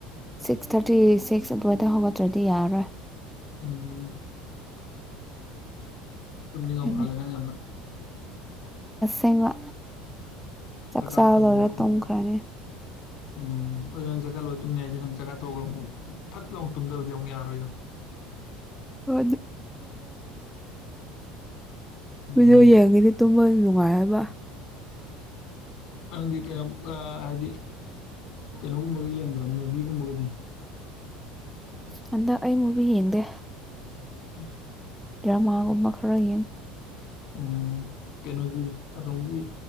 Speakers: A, in the centre; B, on the left.
A: ꯁꯤꯛꯁ ꯊꯥꯔꯇꯤ ꯁꯤꯛꯁ ꯑꯗꯨꯋꯥꯏꯗ ꯍꯧꯒꯠꯇ꯭ꯔꯗꯤ ꯌꯥꯔꯣꯏ꯫
B: ꯎꯝ꯫ ꯇꯨꯝꯅꯤꯡ
A: ꯑꯗꯨꯅꯦ
B: ꯑ ꯃꯥꯜꯂꯦ ꯅꯪ ꯌꯥꯝꯅ꯫
A: ꯁꯦꯡꯕ ꯆꯥꯛꯆꯥꯥꯕ
B: ꯍꯀꯥꯝ ꯆꯟꯕꯗꯨꯗ
A: ꯂꯣꯏꯔ
B: ꯈꯪꯉꯦꯕ
A: ꯇꯨꯝꯈ꯭ꯔꯅꯤ꯫
B: ꯎꯝ ꯑꯗꯨ ꯅꯪ ꯆꯛꯆꯥ ꯂꯣꯏ ꯇꯨꯝꯅꯤ ꯍꯥꯏꯁꯦ ꯅꯪ ꯆꯛꯆꯥ ꯇꫭꯛꯑꯒ ꯃꯨꯛ ꯐꯠ ꯂꯥꯎ ꯇꯨꯝꯗꯕꯗꯤ ꯑꯃꯨꯛ ꯌꯥꯔꫭꯏ ꯌꯦꯡꯎ꯫
A: ꯍꯣꯏ
B: ꯎꯝ
A: ꯗꯤꯑꯣ ꯌꯦꯡꯑꯗꯤ ꯇꯨꯝꯕ ꯅꯨꯡꯉꯥꯏꯌꯦꯕ꯫
B: ꯅꯪꯗꯤ ꯀꯩꯅꯣꯝ ꯑ ꯍꯥꯏꯗꯤ ꯀꯩꯅꯣꯒꯨꯝꯕꯒ ꯌꯦꯡꯗ꯭ꯔꯣ ꯃꯨꯚꯤꯒꯨꯝꯕꯒꯗꯤ꯫
A: ꯍꯟꯗꯛ ꯑꯩ ꯃꯨꯚꯤ ꯌꯦꯡꯗꯦ꯫
B: ꯎꯝ꯫
A: ꯗ꯭ꯔꯃꯥꯒꯨꯝꯕ ꯈꯔ ꯌꯦꯡ
B: ꯎꯝ ꯀꯩꯅꯣꯒꯤ ꯑꯁꯣꯝꯒꯤ